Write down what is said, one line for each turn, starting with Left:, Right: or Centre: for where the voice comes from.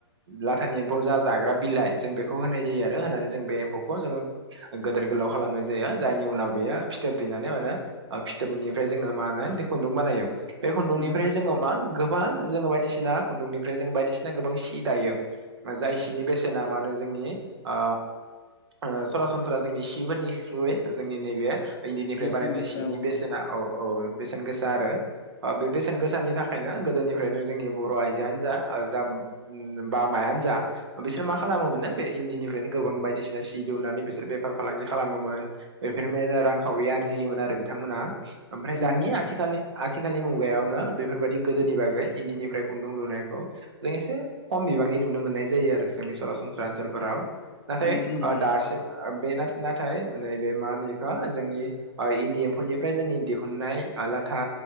Right: लाथानि एम्फौ जा जाग्रा बिलाइ जों बेखौ होनाय जायो आरो होनानै जों बे एम्फौखौ जोङो, गोदोर गोलाव खालामनाय जायो। जायनि उनाव बेयो फिथोब दैनानै माने फिथोबनिफ्राय जोङो मा होनो, खुन्दुं बानायो बे खुन्दुंनिफ्राय
Left: नंगौ नोंथां
Right: जोङो मा गोबां जो बायदिसिना खुन्दुंनिफ्राय, ना गोबां सि दायो जाय सिनि बेसेना मा होनो जोंनि ओ ओ सरासनस्रा जोंनि सिफोरनि थ्रुयै जोंनि नैबे, इन्दिनिफ्राय
Left: बेसेन
Right: बानायनाय
Left: गोसा
Right: सिनि
Left: औ
Right: बेसेना
Left: नोंथां
Right: औ औ बेसेन गोसा आरो ओ बे बेसेन गोसानि थाखायनो गोदोनिफ्रायनो जोंनि बर' आइजो आनो जा जा बा मायानो जा बिसोर मा? खालामो मोनो बे इन्दिनिफ्रायनो गोबां बायदिसिना सि दुनानै बिसोर बेफार फालांगि खालामोमोन बेफोरनिफ्रायनो रांखावरि आरजियोमोन आरो बिथांमोना ओमफ्राय
Left: नंगौ
Right: दानि
Left: नोंथां
Right: आथिखालनि, आथिखालनि मुगायावनो बेफोरबायादि गोदोनि बागै इन्दिनिफ्राय खुन्दुं लुनायखौ, जों एसे खम बिबांनि नुनो मोननाय जायो आरो जोंनि सरासनस्रा ओनसोलफोराव, नाथाय
Left: नंगौ नोंथां
Right: दासिम बे नाथाय नैबे मा होनो बेखौ जोंनि, इन्दि एम्फौनिफ्राय जोंनि दिहुननाय लाथा